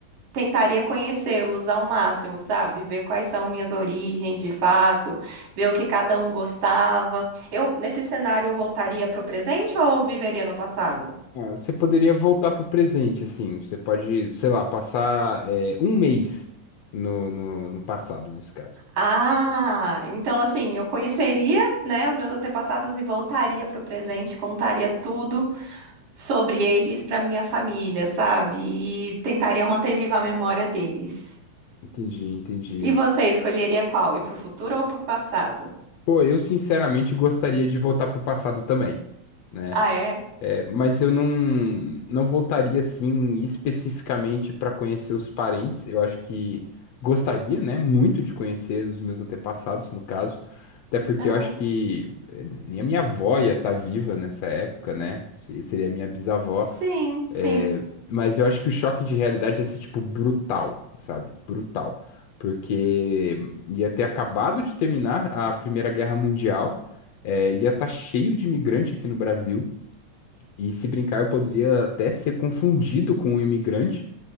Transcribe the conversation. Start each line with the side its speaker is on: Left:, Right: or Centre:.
Right: tentaria conhecê-los ao máximo, sabe? Ver quais são minhas origens de fato, ver o que cada um gostava. Eu, nesse cenário, eu voltaria pro presente ou viveria no passado?
Left: Ah, você poderia voltar pro presente, assim. Você pode, sei lá, passar é, um mês no, no, no passado, nesse caso.
Right: Ah, então assim, eu conheceria, né, os meus antepassados e voltaria para o presente, contaria tudo sobre eles para minha família, sabe? E tentaria manter viva a memória deles.
Left: Entendi, entendi.
Right: E você escolheria qual? Ir para o futuro ou para o passado?
Left: Pô, eu sinceramente gostaria de voltar pro passado também, né?
Right: Ah, é?
Left: É, mas eu não, não voltaria, assim, especificamente para conhecer os parentes. Eu acho que gostaria, né, muito de conhecer os meus antepassados, no caso. Até porque
Right: Aham.
Left: eu acho que eh, nem a minha avó ia estar viva nessa época, né? Se- Seria a minha bisavó.
Right: Sim,
Left: É,
Right: sim.
Left: mas eu acho que o choque de realidade ia ser, tipo, brutal, sabe? Brutal. Porque ia ter acabado de terminar a Primeira Guerra Mundial, é, ia estar cheio de imigrante aqui no Brasil, e se brincar, eu poderia até ser confundido com um imigrante.